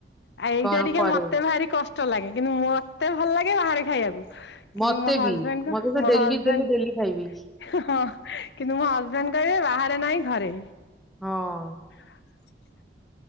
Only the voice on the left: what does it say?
ଆଏ ଏଇଟା
ଟିକେ
ମତେ ଭାରି କଷ୍ଟ ଚଲାଗେ କିନ୍ତୁ ମୋତେ ଭଲ ଲାଗେ ବାହାରେ ଖାଇବାକୁ।
କିନ୍ତୁ ମୋ ହଜବେଣ୍ଡଙ୍କୁ
ମୋ
ହଜବେଣ୍ଡ
ହଁ। କିନ୍ତୁ ମୋ ହଜବେଣ୍ଡ କହିବେ ବାହାରେ ନାହିଁ ଘରେ।
ହ।